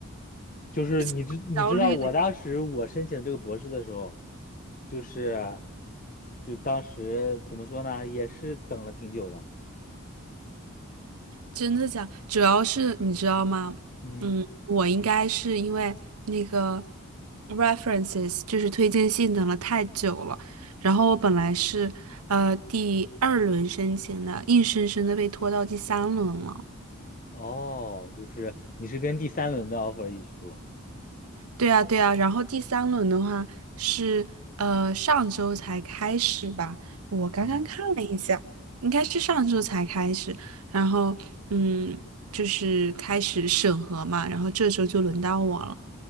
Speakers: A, on the left; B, on the right.
A: 就是你知你知道，
B: <laughs> 焦虑的。
A: 我当时我申请这个博士的时候，就是就当时怎么说呢，也是等了挺久的。
B: 真的假？主要是你知道吗？
A: 嗯，
B: 嗯，我应该是因为那个 references 就是推荐信等了太久了，然后我本来是呃第二轮申请的，硬生生的被拖到第三轮了。
A: 哦，就是你是跟第三轮的 offer 一起说。
B: 对啊，对啊，然后第三轮的话是呃上周才开始吧，我刚刚看了一下，
A: 嗯，
B: 应该是上周才开始，然后嗯，就是开始审核嘛，然后这周就轮到我了。